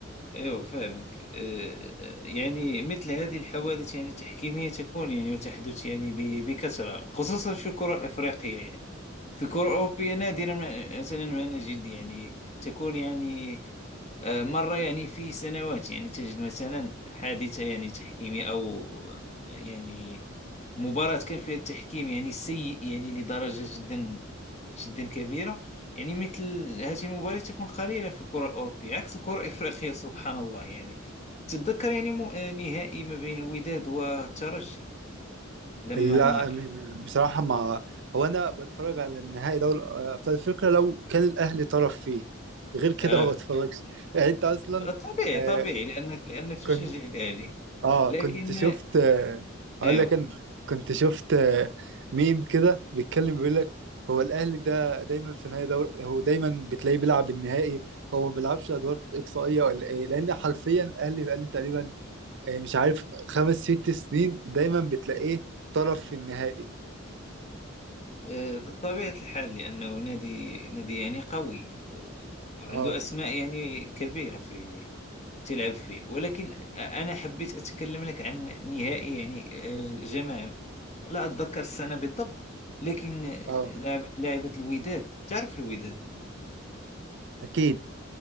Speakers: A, on the left; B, on the right.
A: ايوه فاهمك آه، آه، يعني مثل هذه الحوادث يعني التحكيميه تكون يعني وتحدث يعني ب- بكثره خصوصا في الكره الافريقيه يعني في الكره الاوروبيه نادرا ما مثلا ما نجد يعني تكون يعني آه، مره يعني في سنوات يعني تجد مثلا حادثه يعني تحكيميه او يعني مباراة كان فيها التحكيم يعني سيء يعني لدرجة جدا جدا كبيرة يعني مثل هذه المباريات تكون قليلة في الكرة الأوروبية عكس الكرة الإفريقية سبحان الله يعني تتذكر يعني م... آه، نهائي ما بين الوداد والترجي لما
B: لا م- بصراحه ما هو انا بتفرج على النهائي دوري ابطال افريقيا لو كان الاهلي طرف فيه غير كده
A: آه
B: ما بتفرجش يعني انت اصلا
A: طبيعي
B: آه،
A: طبيعي لأنك لأنك تشجع
B: كنت
A: الأهلي
B: اه
A: لكن
B: كنت شفت
A: آه،
B: آه، اقول
A: أيوه
B: لك انا كنت شفت آه، ميم كده بيتكلم بيقول لك هو الاهلي ده دايما في نهائي دوري هو دايما بتلاقيه بيلعب النهائي هو ما بيلعبش ادوار اقصائيه ولا ايه لان حرفيا الاهلي بقاله تقريبا آه، مش عارف خمس ست سنين دايما بتلاقيه طرف في النهائي
A: آه، طبيعة الحال لأنه نادي نادي يعني قوي و- وعنده
B: اه
A: أسماء يعني كبيرة في تلعب فيه ولكن أنا حبيت أتكلم لك عن نهائي يعني آه، جماعة لا أتذكر السنة بالضبط لكن آه،
B: اه
A: لعب- لعبت الوداد تعرف الوداد
B: اكيد